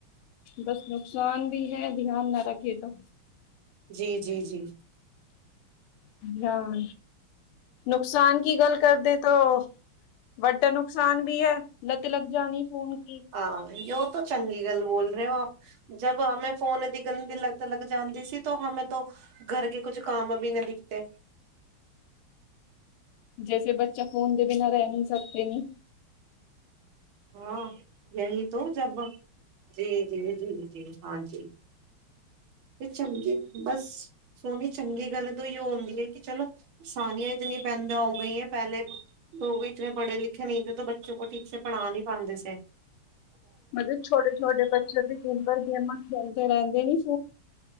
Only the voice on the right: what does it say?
ਜੀ - ਜੀ - ਜੀ
ਹਾਂ ਯੋ ਤਾਂ ਚੰਗੀ ਗੱਲ ਬੋਲ ਰਹੇ ਹੋ ਆਪ। ਜਬ ਹਮੈਂ ਫੋਨ ਦੀਕ ਗੰਦੀ ਲੱਤ ਲਗ ਜਾਂਦੀ ਸੀ ਤੋ ਹਮੇ ਤੋ ਘਰ ਕੇ ਕੁਛ ਕੰਮ ਭੀ ਨਾ ਦਿਖਤੇ।
ਹਾਂ ਯਹੀ ਤੋਂ ਜਬ ਜੇ। ਜੀ- ਜੀ - ਜੀ ਹਾਂਜੀ। ਇਹ ਚੰਗੇ ਬਸ। ਸੋਹਨੀ ਚੰਗੀ ਗੱਲ ਤੋਂ ਹੀ ਆਉਂਦੀ ਹੈ ਕਿ ਚਲੋ ਸਾਨੀਆਂ ਇਤਨੀੀਆਂ ਪੈਂਦਾ ਹੋ ਗਈਆਂ ਪਹਿਲੇ ਲੋਕ ਇਤੇਨੇ ਪੜ੍ਹੇ ਲਿਖੇ ਨਹੀਂਥੇ ਤੋ ਬੱਚੇ ਕੋ ਠੀਕ ਸ ਪੜ੍ਹਾ ਨਹੀਂ ਪਾਉਂਦੇ ਸੀ